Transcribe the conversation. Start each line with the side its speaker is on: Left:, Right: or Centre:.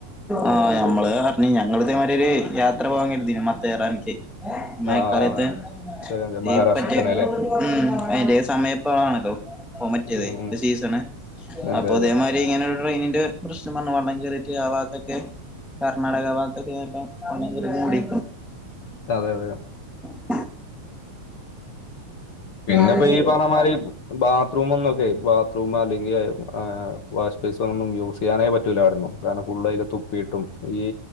Centre: ആ ഞമ്മള് പറഞ് ഞങ്ങളിതെ മാതിരി ഒരു യാത്ര. പോവാൻ കെര്തീന്ന് മാത്തെറാൻക്ക് മയക്കാലത്ത്
Left: ആഹ്. ശരി അതെ മഹാരാഷ്ട്രയിൽ
Centre: ഈ പറ്റേ
Left: തന്നെല്ലേ?
Centre: ഉം അയ്ന്റെ സമയം പ്പൊ ആണല്ലോ. മറ്റേത്
Left: ഉം, ഉം.
Centre: ത് സീസണ്
Left: അതെ,
Centre: അപ്പൊതേമാരി
Left: അതെ.
Centre: ഇങ്ങനെ ട്രെയിനിന്റെ പ്രശ്നം വന്നു വള്ളം കയറിട്ട് ആവാത്തൊക്കെ കർണാടക ഭാ തൊക്കെ കാരണം
Left: അതെ, അതെ.
Centre: <unintelligible>
Left: പിന്നെപ്പ
Centre: ആലോചിച്ചോക്ക്
Left: ഈ പറണമാരി ബാ ത്റൂമ്ന്നുക്കെ ബാത്റൂം അല്ലെങ്കി ഏഹ് വാഷ്ബേസൊന്നും യൂസ്യ്യാനേ പറ്റുല്ലാ അവിടൊന്നും കാരണം ഫുള്ളയില് തുപ്പിയിട്ടും ഈ